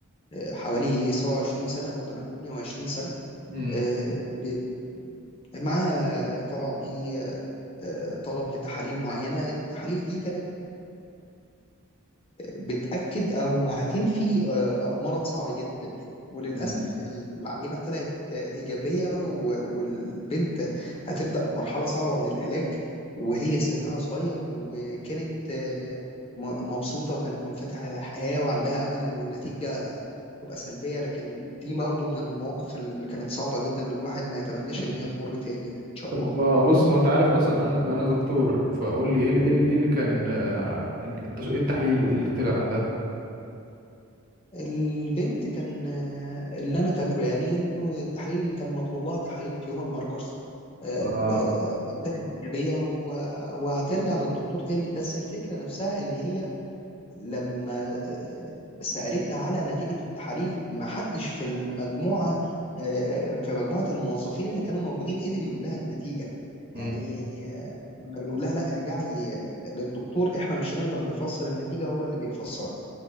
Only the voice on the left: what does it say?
آه، حوالي 27 سنه او 28 سنه
آه، ب- معاها طبعا ايه آه، طلب لتحاليل معينه التحاليل دي كانت بتأكد أو هتنفي آه، آه، مرض صعب جدا جدا وللأسف
العينة طلعت آه، إيجابية و- والبنت هتبدأ مرحلة صعبة من العلاج وهي سنها صغير وكانت آه، م- مبسوطة وكانت منفتحة للحياة وعندها أمل إنه النتيجة تبقى سلبية لكن دي برضه من المواقف اللي كانت صعبة جدا الواحد ما يتمناش
إن هي تمر تاني إن شاء
الله
البنت كان آه، اللي انا فاكره يعني انه التحاليل كان مطلوب لها تحاليل تيومر ماركرز آه،
ب- طلعت ايجابيه و- وهترجع للدكتور تاني بس الفكره نفسها ان هي لما آه، سالتنا على نتيجه التحاليل ما حدش في المجموعه آه، في مجموعه الموظفين اللي كانوا موجودين قدر يقول لها النتيجه يعني
آه، كنا بنقول لها لا ارجعي آه، للدكتور احنا مش هنقدر نفسر النتيجه هو اللي بيفسرها